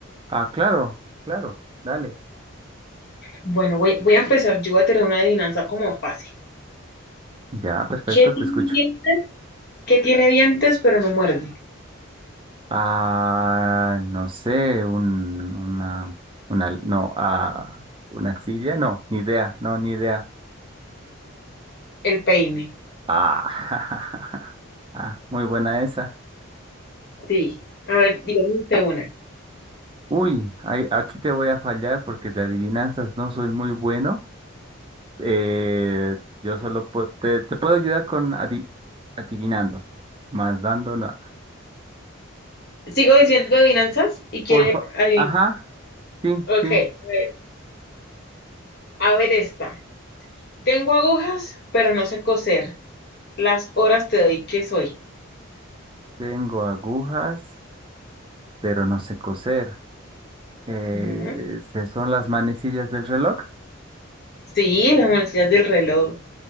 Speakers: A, on the right; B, on the left.
A: Ah, claro, claro, dale.
B: Bueno, voy, voy a empezar. Yo voy a tener una adivinanza como fácil.
A: Ya, perfecto,
B: ¿Qué
A: te
B: tiene
A: escucho.
B: dientes? ¿Qué tiene dientes pero no muerde?
A: Ah, no sé, un, una, una, no, ah, una silla, no, ni idea, no, ni idea.
B: El peine.
A: Ah, <laughs> ah, muy buena esa.
B: Sí. A ver, dígame usted una.
A: Uy, ahí- aquí te voy a fallar porque de adivinanzas no soy muy bueno. Eh, yo solo pu- te, te puedo ayudar con adi- adivinando, más dando, no.
B: Sigo diciendo adivinanzas y quiere
A: Por fa-
B: adivinar.
A: Ajá, sí,
B: Ok,
A: sí.
B: a ver, a ver esta. Tengo agujas, pero no sé coser. Las horas te doy, ¿qué soy?
A: Tengo agujas, pero no sé coser. Eh,
B: Ujú.
A: ¿se son las manecillas del reloj?
B: Sí, las manecillas del reloj.